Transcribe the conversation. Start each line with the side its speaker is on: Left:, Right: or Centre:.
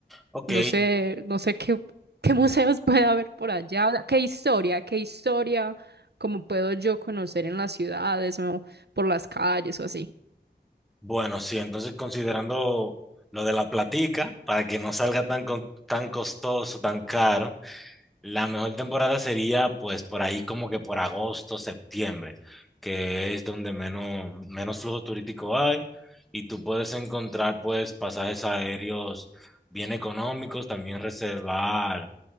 Centre: Ok,
Right: No sé, no sé qué, qué <laughs> museos puede haber por allá, o sea, qué historia, qué historia, cómo puedo yo conocer en las ciudades o por las calles o así.
Centre: bueno, sí, entonces considerando lo de la platica, para que no salga tan, con- tan costoso, tan caro, La mejor temporada sería pues por ahí como que por agosto, septiembre, que es donde menos, menos flujo turístico hay y tú puedes encontrar pues pasajes aéreos bien económicos, también reservar